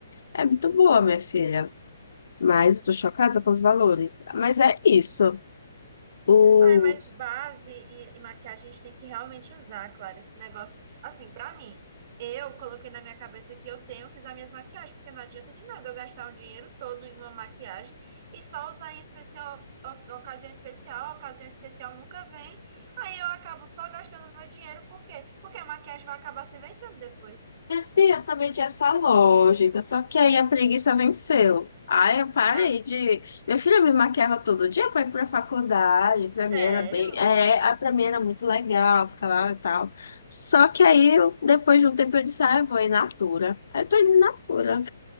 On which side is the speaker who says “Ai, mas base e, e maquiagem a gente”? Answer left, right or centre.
Right